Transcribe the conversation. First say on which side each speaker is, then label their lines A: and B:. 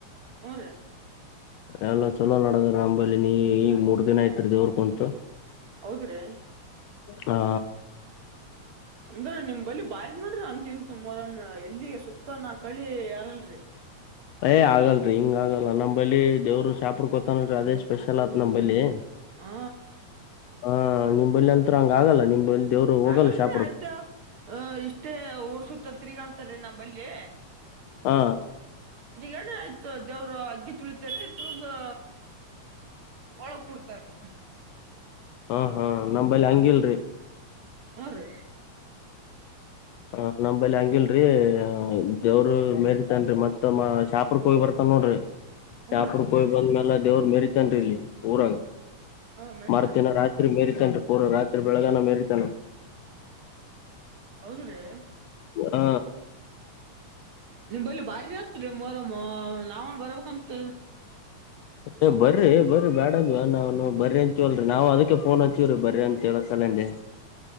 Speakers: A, on the right (about 60°); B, on the left (about 75°).
A: ಹು ರೀ
B: ಎಲ್ಲ ಚಲೋ ನಡದ್ರ ನಂಬಲ್ಲಿ ನೀ ಈಗ ಮೂರ್ ದಿನ ಆಯಿತ್ರಿ ದೇವ್ರ ಕುಂತು
A: ಹೌದ್ರೀ
B: ಹಾ
A: ಅಂದ್ರ ನಿಮ್ ಬಳ ಬಾರಿ ನೋಡ್ರಿ ಅಂತ ಇಂತ ಮರ ಎಲ್ಲಿ ಸುತ್ತ ನ ಕಳಿ ಆಗಲ್ರಿ
B: ಏ್ ಆಗಲ್ರಿ ಹಿಂಗ ಆಗಲ್ಲ ನಮ್ಮ ಬಳಿ ದೇವ್ರು ಶಾಪರ್ ಕೋತಾನಲ್ರಿ ಅದೇ ಸ್ಪೆಷಲ್ ಆತ್ ನಮ್ಮ ಬಳಿ
A: ಹಾ
B: ಹ ನಿಂಬಲ್ಲಿ ಅಂತರ ಹಂಗ ಆಗಲ್ಲ ನಿಂಬಲ್ಲಿ ದೇವ್ರು
A: ಹಾಗಲ್ರಿ
B: ಹೋಗಲ್ಲ ಶಾಪುರ್
A: ಆಯ್ತು ಇಷ್ಟೇ ಊರ್ ಸುತ್ತ ತಿರುಗಾಡ್ತಾರೀ ನಮ್ಮಲ್ಲಿಿ
B: ಹಾ
A: ರಿಗಣ ಆಯ್ತು ದೇವರು ಅಗ್ಗಿ ತುಳಿತರಿಂದು ತೂಗು ಒಳಗ್ ಕುಡ್ತಾರೀ
B: ಹಾ ಹಾ ನಂಬಲ್ಲಿ ಹಂಗಿಲ್ರಿ
A: ಅವ ರೀ
B: ಹ ನಮಂಬಲ್ಲಿ ಹಂಗಿಲ್ರರಿ ದೇವರು ಮೇರಿತನ್ರಿ ಮತ್ ಮಾ ಶಾಪುರ್ ಕೋಗಿ ಬರ್ತನ್ ನೋಡ್ರಿ
A: ಹ್ಞೂ
B: ಯಾಕ್ರ
A: ರೀ
B: ಕಯ್ ಬಂದ್ಮ್ಯಾಲ ದೇವ್ರ ಮೆರಿತನ್ರಿ ಇಲ್ಲಿ ಊರಾಗ
A: ಹಾ ಮರಿತಾನ
B: ಮಾರ್ತನ
A: ರೀ
B: ರ ತ್ರಿ ಮೀರಿತನ್ರಿ ಪೂರ ರಾತ್ರಿ ಬೆಳಗನ ಮರಿತಾನ
A: ಹೌದು ರೀ
B: ಹ್
A: ನಿಮ್ ಬಲ್ಲಿ ಬಾರಿ ಆತದ್ರೀ ಮೋರಮ್ಮ ನಾವುನ್ ಬರ್ಬೇಕಂತ
B: ಏ ಬರ್ರಿ ಬರ್ರಿ ಬ್ಯಾಡಂದಿವನ ನಾವುನು ಬರ್ರಿ ಅಂತೀವಲ್ರಿ ನಾವ್ ಅದಕ್ಕೆ ಫೋನ್ ಹಚ್ಚಿವ್ರಿ ಬರ್ರಿ ಅಂತ ಹೇಳ್ ಸಲೆಂದೆ <inaudible>